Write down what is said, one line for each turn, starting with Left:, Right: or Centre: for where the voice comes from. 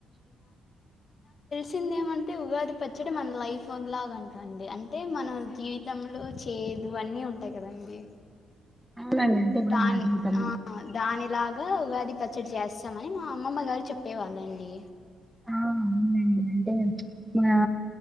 Left: తిందాం అంటే ఉగాది పచ్చడి మన లైఫ్ లాగా అంటంది అంటే మన జీవితంలో చేదు అన్నీ ఉంటమ్ అంతే కదండి
Centre: అవునండి అంటే ఇప్పుడు
Left: రాన్
Centre: మన జీవితంలో
Left: ఆ దానిలాగా ఉగాది పచ్చడి చేస్తామని మా అమ్మమ్మ గారు చెప్పేవాళ్ళండి.
Centre: ఆ అవునండి అంటే ఆ